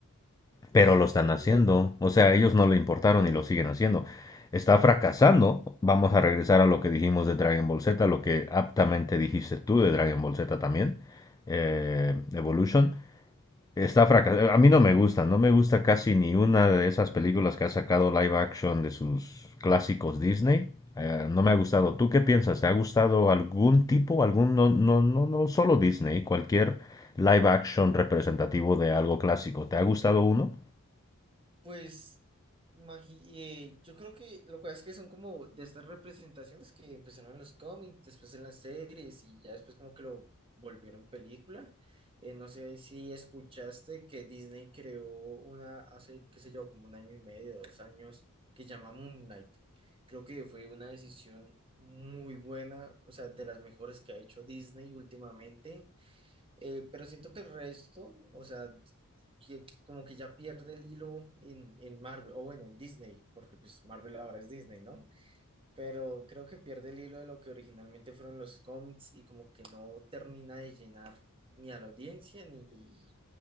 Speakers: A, on the left (about 15°); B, on the right (about 25°).
A: Pero
B: Sí,
A: lo están
B: claro.
A: haciendo, o sea, a ellos no le importaron y lo siguen haciendo. Está fracasando. Vamos a regresar a lo que dijimos de Dragon Ball Z, lo que aptamente dijiste tú de Dragon Ball Z también, eh, Evolution. Está fracasado. A mí no me gusta, no me gusta casi ni una de esas películas que ha sacado live action de sus clásicos Disney. Eh, no me ha gustado. ¿Tú qué piensas? ¿Te ha gustado algún tipo, algún, no, no, no, no solo Disney, cualquier live action representativo de algo clásico? ¿Te ha gustado uno?
B: Pues imagi- eh, yo creo que lo cual es que son como de estas representaciones que empezaron en los cómics, después en las series y ya después como que lo volvieron película. Eh, no sé si escuchaste que Disney creó una hace, qué sé yo, como un año y medio, dos años, que llama Moon Knight. Creo que fue una decisión muy buena, o sea, de las mejores que ha hecho Disney últimamente eh, pero siento que el resto, o sea, que como que ya pierde el hilo en, en Marvel, o bueno, en Disney, porque pues Marvel ahora es Disney, ¿no? Pero creo que pierde el hilo de lo que originalmente fueron los cómics y como que no termina de llenar ni a la audiencia, ni,